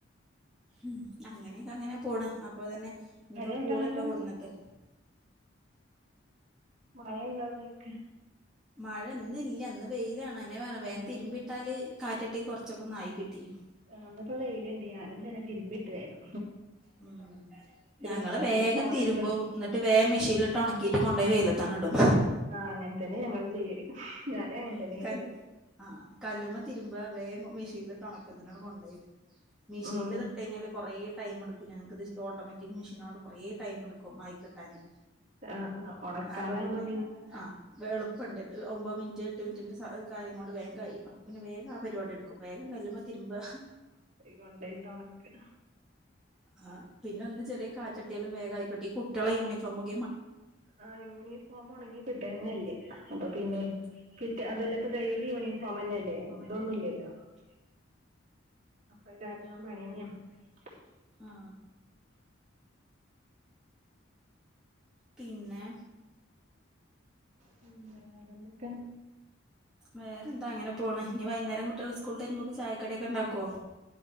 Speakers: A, in the centre; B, on the right (about 40°).
A: ഉം അങ്ങനെയൊക്കങ്ങനെ പോണ് അപ്പൊ തന്നെ ഇനിയിപ്പോ
B: മഴ
A: പൂള
B: അങ്ങട്ട്
A: ഇണ്ടോ കൊടുന്നിട്ട്
B: മഴ ഇണ്ടോന്നൊയ്ക്ക
A: മഴ ഇന്നില്ല ഇന്ന് വെയിലാണ് അനെ വേ
B: ആഹ്
A: വേൻ
B: ഇന്ന്പ്പോ
A: തിരുമ്പിട്ടാല് കാറ്റട്ടി കൊർച്ചൊക്കൊന്നായി കിട്ടീനു
B: ആഹ് ന്നിപ്പോ വെയിലിണ്ട് ഞാനും പിന്ന തിരുമ്പിട്ട് വേകം
A: ഉം ഞങ്ങള്
B: നിക്കാ അപ്പൊന്ന്
A: വേഗം
B: ഫോണെടുത്ത
A: തിരുമ്പും ന്നിട്ട് വേം മെഷീൻലിട്ട് ഒണക് കീറ്റ് കൊണ്ടോയി വെയിലത്താണ്ടിടും
B: ആഹ് അങ്ങൻതെന്നെ ഞങ്ങളും ചെയ്യല് ഞാനും അങ്ങനെ
A: ഉം
B: തന്നെ
A: തെന്നെ
B: ചെയ്തത്
A: ആഹ് കല്ലുമ്മ തിരുമ്പ വേം മെഷീൻലിട്ട് ഒണക്ക ന്നിട്ടാണ് കൊണ്ടോയിട് മിഷീൻലിതിട്ടയ്ഞ്ഞാല്
B: ഉം
A: കൊറേ ടൈമെടുക്കും ഞങ്ങക്കിത് ഓട്ടോമാറ്റിക് മെഷീനായോണ്ട് കൊറേ ടൈമെടുക്കും ആയി കിട്ടാന്
B: ആഹ് ആഹ് ഒണക്കാനാവുമ്പോ
A: അപ്പ പിന്നെ ആ എളുപ്പണ്ട് ഒമ്പത് മിന് റ്റ് എട്ട് മിനിന്റെ സ കാര്യം കൊണ്ട് വേഗം കഴിയും, അപ്പ പിന്നെ വേഗം ആ പരിപാടി എടുക്കും വേഗം കല്ലിമ്മ തിരുമ്പാ
B: <unintelligible> കൊണ്ടോയിട്ട് ഒണക്കാ.
A: ആ പിന്നെന്ന് ചെറിയ കാറ്റട്ട്യാലും വേഗായികിട്ടും ഈ കുട്ടിളെ യൂണിഫോംക്കെ
B: ആ യൂണിഫോമ് ഉണങ്ങി കിട്ട്യാന്നെല്ല
A: കിട്ടന്നല്ല
B: അപ്പൊ പിന്നെ
A: അപ്പൊ പിന്നെ
B: ഫിറ്റ് അതല്ല ഇപ്പ
A: കിട്ട
B: ഡെയിലി
A: അതല്ല
B: യൂണിഫോം
A: ഇപ്പ ഡെയിലി
B: ന്നെല്ലേ
A: യൂണിഫോം
B: ഇടുംന്നുല്ലല്ലോ.
A: തന്നെയല്ലേ ഇതൊന്നുമില്ലല്ലോ
B: അപ്പ ഈ കാരണം
A: അത് കാരണം
B: <unintelligible>
A: പണിയന്നെ ആ പിന്നെ
B: പിന്നെ വേറെന്തൊക്കെ?
A: വേറെന്താ അങ്ങനെ പോണ്, ഇനി വൈകുന്നേരം കുട്ടികൾ സ്കൂളിട്ട് വരുമ്പക്ക് ചായക്കടി ഒക്കെ ഉണ്ടാക്കോ?